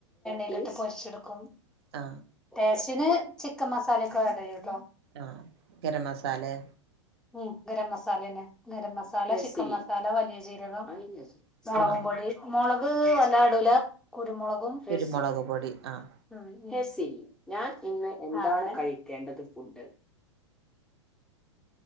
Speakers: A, in the centre; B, on the right.
A: ന്നിട്ട് പൊരിചിട്ക്കും
B: ആ
A: ടേസ്റ്റിന് ചിക്കൻ മസാലൊക്കെആഡ് ചെയ്യും
B: ആ ഗരം മസാലെ
A: ഉം ഗരം മസാലേന്നെ ഗരം മസാല ചിക്കൻ മസാല വലിയ ജീരകം മുളകും
B: ആഹ്
A: പൊടി മുളക് വല്ല ഇടുല കുരുമുളകും മെസി
B: കുരുമുളക് പൊടി ആഹ്
A: ഉം ഉം ജെസിലി ഞാൻ ഇന്ന് എന്താണ് ആണ് കഴിക്കേണ്ടത് ഫുഡ്